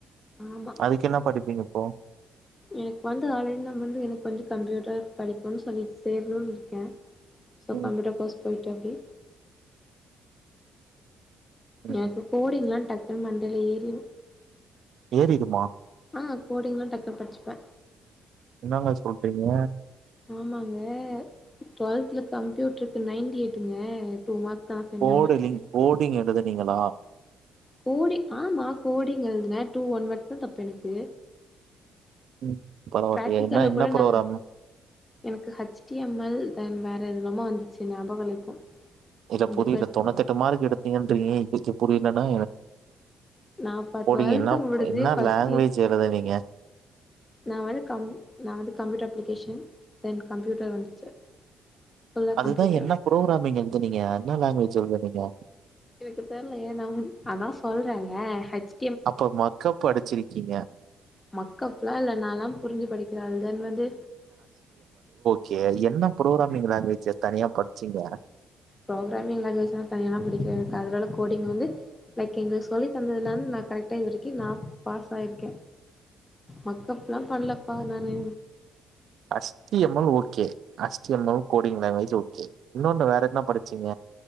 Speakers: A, on the left (about 20°); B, on the right (about 70°).
A: ஆமா
B: அதுக்கு என்ன படிப்பீங்க இப்போ
A: எனக்கு வந்து ஆல்ரெடி நா வந்து எனக்கு கொஞ்ச கம்ப்யூட்டர் புடிக்குன்னு சொல்லி சேரணுன்னு இருக்கே சோ
B: ம்
A: கம்பியூட்டர் கோர்ஸ் போய்ட்டு அப்டி
B: ம்
A: எனக்கு கோடிங்களா டக்குன்னு மண்டைல ஏறிரு
B: ஏறிருமா
A: ஆ கோடிங்லா டக்குனு படிச்சுப்பே
B: என்னங்க சொல்றீங்க
A: ஆமாங்க டுவெல்த்ல கம்ப்யூட்டருக்கு நைன்டியெய்ட்டுங்க டூ மார்க் தா சென்டம்
B: கோடு
A: அடிச்சிருக்கே
B: லிங் கோடிங் எழுதினீங்களா
A: கோடிங் ஆமா கோடிங் எழுதுனே டூ ஒன் வேட்ஸ் தா தப்பு எனக்கு
B: உம் பரவாயில்லையே
A: பிராக்டிக்கல்ல
B: என்ன என்ன
A: கூட
B: ப்ரோக்ராமு
A: நா எனக்கு H T M L then வேற எதுலாமோ வந்துச்சி ஞாபகோ இல்ல இப்போ
B: இல்ல புரில
A: புக்
B: தொண்ணுத்தெட்டு மார்க் எடுத்தீங்கன்றீங்க இப்பிக்கி புரிலன்னா
A: நா அப்ப
B: கோடிங்
A: டுவெல்த்
B: என்னா
A: முடிஞ்சு
B: என்ன
A: ஃபர்ஸ்ட்
B: லாங்குவேஜ்
A: இயர்
B: எழுதினீங்க
A: நா வந்து கம் நா வந்து கம்ப்யூட்டர் அப்ளிகேஷன் தென் கம்ப்யூட்டர் வந்துச்சு ஃபுல்லா
B: அதுதா
A: கம்ப்யூட்டர்
B: என்ன ப்ரோகராமிங் எழுதுனீங்க என்ன லாங்குவேஜ் எழுதுனீங்க
A: எனக்கு தெர்லயே ஏ நா அதா சொல்றேல ஹச்
B: அப்போ மக்கப் படிச்சிருக்கீங்க
A: மேக்கப்ல்லா இல்ல நால்லா புரிஞ்சு படிக்கிற ஆள் தென் வந்து
B: கே என்ன ப்ரோகராமிங் லாங்குவேஜ் தனியா படிச்சீங்க
A: ப்ரோக்ராமிங் லாங்குவேஜ்லா தனியால்லா படிக்கலங்க எனக்கு அதனால கோடிங் வந்து லைக் எங்களுக்கு சொல்லி தந்ததுலா நா கரெக்டா இது வரைக்கு நா பாஸ் ஆயிருக்கே மக்கப்ல்லா பண்லப்பா நானு
B: HTML okay HTML coding language okay இன்னொன்னு வேறென்ன படிச்சீங்க